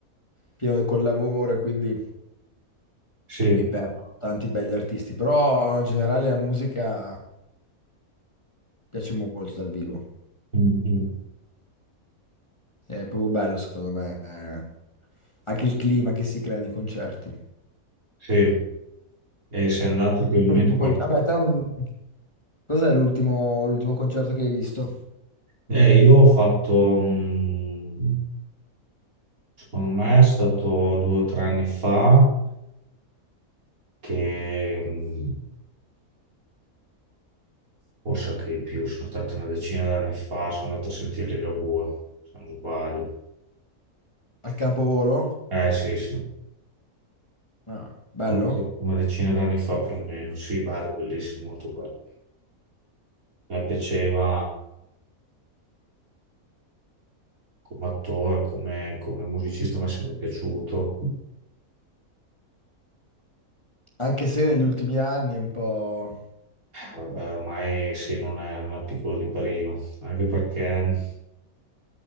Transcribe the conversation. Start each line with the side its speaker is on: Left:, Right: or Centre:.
Left: pieno col lavoro e quindi
Right: sì,
Left: mi perdo tanti belli artisti, però in generale la musica piace molto dal vivo,
Right: Mm, mm.
Left: è proprio bello secondo me, eh, anche il clima che si crea nei concerti.
Right: Sì. E sei andato ultimamente
Left: L'ultimo
Right: qual-
Left: con- Vabbè, te, mm, cos'è l'ultimo l'ultimo concerto che hai visto?
Right: Eh, io ho fatto... mm, Secondo me è stato due o tre anni fa, che mh, forse anche di più, sono stato una decina d'anni fa, sono andato a sentire Ligabue, se non sbaglio.
Left: Al Campovolo?
Right: Eh sì, sì,
Left: Ah, bello.
Right: Ma sì, una decina d'anni fa più o meno. Sì, bello, bellissimo, molto bello. Mi piaceva come attore, come, come musicista, mi è sempre piaciuto.
Left: Anche se negli ultimi anni è un po'...
Right: Vabbè, ormai sì, non è, non è piccolo di prima, anche perché